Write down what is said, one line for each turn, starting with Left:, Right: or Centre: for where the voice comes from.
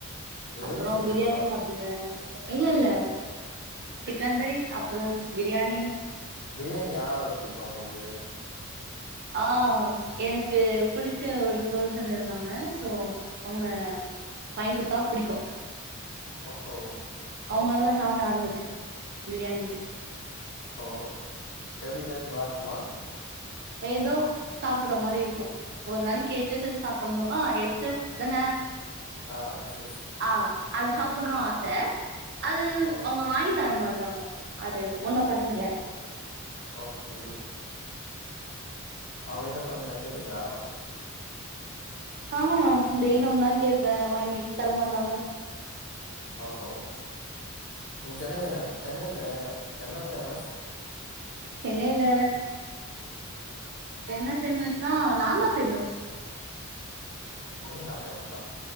Left: வெறு
Right: அப்புறோ
Left: சிக்கன்
Right: பிரியாணி
Left: ரைஸா
Right: சாப்டுவே இல்ல இல்ல சிக்கன் ரைஸ் அப்றோ பிரியாணி
Left: பிரியாணி யாரால புடிக்கு உங்களுக்கு
Right: ஆ எனக்கு புடிச்ச ஒரு பேசன் இருக்காங்க சோ அவங்க <unintelligible> பிடிக்கு
Left: ஓஹோ
Right: அவங்களாலா
Left: ஓகே ஓகே
Right: சாப்ட ஆரம்பிச்சே பிரியாணி
Left: ஓ எப்டி டேஸ்ட்டு நல்லா இருக்குமா
Right: ஏதோ சாப்ற மாரி இருக்கு ஒரு நாளைக்கு எச்ச சைஸ் சாப்புண்ணு ஆ எஸ்ஸஸ் தான
Left: ஆ எஸ் எஸ்
Right: ஆ அது சாப்புண்ணு ஆச அது
Left: ஓ
Right: அவங்க வாங்கி தரமாட் ன்ராங்க அது ஒண்ணு பண்ண முடியாது
Left: ஓகே அவங்ககிட்ட சொன்னீங்களா கேட்டீங்களா
Right: ஆ தெய்ரியுந் தா கேப்பே வாங்கித் தரமாட்டாங்க
Left: ஓஹோ சென்னை தானே சென்னைல என்ன ஃபேமஸ்
Right: சென்னைல என்ன ஃபேமஸ்னா நா தா ஃபெமஸ்
Left: நீனா ஃபேமஸ்ஸா